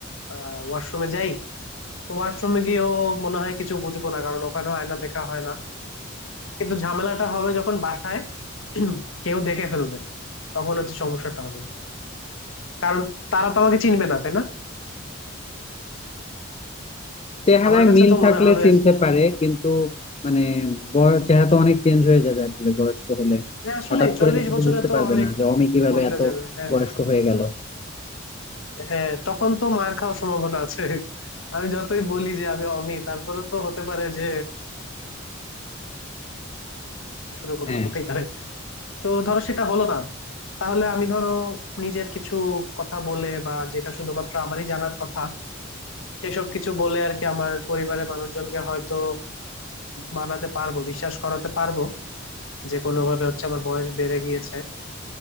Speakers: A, on the left; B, on the left.
A: আহ ওয়াশরুমে যাই তো ওয়াশরুমে গিয়েও মনে হয় কিছু বুঝবো না কারণ ওখানেও আয়না দেখা হয় না কিন্তু ঝামেলাটা হবে যখন বাসায় <clears throat> কেউ দেখে ফেলবে তখন হচ্ছে সমস্যাটা হবে কারণ তারা তো আমাকে চিনবে না তাই না
B: চেহারায়
A: আমার কাছে
B: মিল
A: তো
B: থাকলে
A: মনে হবে
B: চিনতে
A: যে,
B: পারে কিন্তু মানে বয়স চেহারা তো অনেক চেঞ্জ হয়ে যাবে আসলে বয়স্ক হলে
A: হ্যাঁ আসলে
B: হঠাৎ করে
A: চল্লিশ
B: দেখে
A: বছরে
B: তো বুঝতে
A: তো
B: পারবে
A: অনেক
B: না যে অমি কিভাবে
A: বদলে
B: এত
A: যাবে হ্যাঁ
B: বয়স্ক হয়ে গেল
A: হ্যাঁ তখন তো মার খাওয়ার সম্ভাবনা আছে আমি যতই বলি যে আমি অমি তারপরে তো হতে পারে যে শুরু করলো
B: হ্যাঁ
A: হতেই পারে তো ধরো সেটা হলো না তাহলে আমি ধরো নিজের কিছু কথা বলে বা যেটা শুধুমাত্র আমারই জানার কথা সেসব কিছু বলে আর কি আমার পরিবারের মানুষজনকে হয়তো মানাতে পারবো বিশ্বাস করাতে পারবো যে কোনো ভাবে হচ্ছে আমার বয়স বেড়ে গিয়েছে